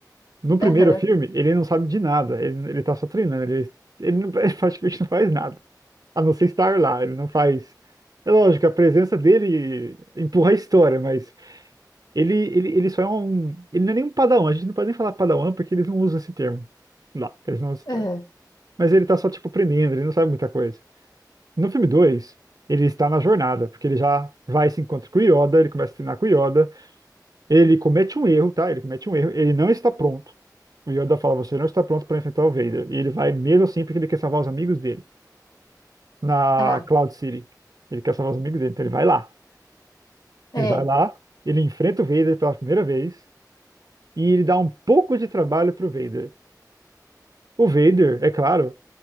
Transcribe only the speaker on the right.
No primeiro
filme, ele não sabe de nada, ele, ele tá só treinando, ele, ele, não, <laughs> ele praticamente não faz nada, a não ser estar lá, ele não faz. É lógico, a presença dele empurra a história, mas Ele, ele, ele só é um. Ele não é nem um padawan, a gente não pode nem falar padawan porque eles não usam esse termo. Lá, eles não usam esse
termo. Mas ele tá só, tipo, aprendendo, ele não sabe muita coisa. No filme 2, ele está na jornada, porque ele já vai e se encontra com o Yoda, ele começa a treinar com o Yoda, ele comete um erro, tá? Ele comete um erro, ele não está pronto. O Yoda fala, você não está pronto para enfrentar o Vader. E ele vai mesmo assim porque ele quer salvar os amigos dele. Na
Cloud City. Ele quer salvar os amigos dele, então ele vai lá.
Ele vai lá, ele enfrenta o Vader pela primeira vez. e ele dá um pouco de trabalho pro Vader. O Vader, é claro,